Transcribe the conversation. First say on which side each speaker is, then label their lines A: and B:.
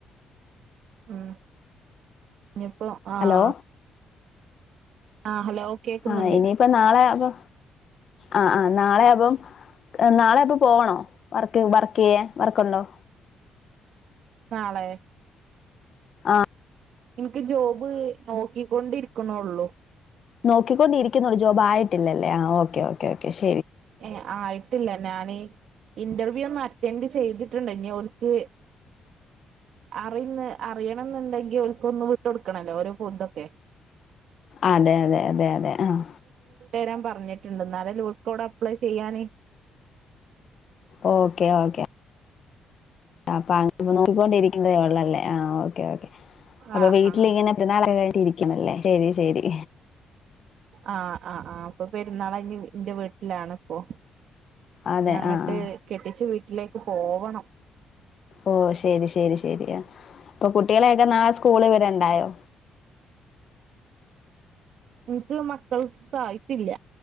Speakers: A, on the right (about 70°); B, on the left (about 55°).
A: ആഹ ഇനിയിപ്പോ ആഹ
B: ഹലോ
A: ആഹ ഹലോ കേക്കുന്നുണ്ട്
B: ആഹ ഇനിയിപ്പ നാളെ അപ്പൊ ആ ആ നാളെയപ്പം നാളെയപ്പം പോകണോ വർക്ക് വർക്ക് ചെയ്യാൻ വർക്കുണ്ടോ
A: നാളെ
B: ആഹ
A: എനിക്ക് ജോബ് നോക്കിക്കൊണ്ടിരി ക്കുണുള്ളൂ
B: നോക്കിക്കൊണ്ടിരിക്കുന്നുള്ളൂ ജോബ് ആയിട്ടില്ലല്ലേ ആ ഓക്കെ ഓക്കേ ഓക്കെ ശ
A: ഏ ആയിട്ടില്ല ഞൻ ഇന്റർ അറ്റൻഡ് ചെയ്തിട്ടുണ്ട് ഇനി ഒരേക്ക് അറന്ന് അറിയണം എന്നുണ്ടെങ്കി ഒക്ക് ഒന്ന് വിട്ട്ടുക്കണല്ലോ ഓരോ പുന്തൊക്കെ
B: അതെ അതെ അതെ അതെ ആഹ
A: ഇരാൻ പറഞ്ഞിട്ടുണ്ട് എന്നാലെ ലൂക്കോട് അപ്ലൈ ചെയ്യാന
B: ഓക്കെ ഓക്കെ ആപ്പാ അപ്പൊ നോക്കിക്കൊണ്ടിരിക്കുന്നതേ ഉള്ളല്ലേ ആ ഓക്കെ ഓക്കെ അപ്പൊ
A: ആഹ്
B: വീട്ടിങ്ങനെ
A: ആഹ്
B: എ നാള ഇരി ല്ലേ ശരി ശരി
A: ആഹ് ആ ആ അപ്പൊ പെരുന്നാൾ എറെ വീട്ടിലാാണ് ഇപ്പൊ
B: അതെ
A: ഞങ്ങട്ട്
B: ആ ആ
A: കെട്ടിച്ചു വീ വീട്ടിലേക്ക് പോവണം
B: ഓ ശരി ശരി ശരിയാ ഇപ്പൊ കുട്ടികളെയൊക്കെ നാളെ സ് സ്കൂളിൽ വിടണ്ടായോ
A: എനിക്ക് മക്കൾ സ് ആ യിടി ല്ല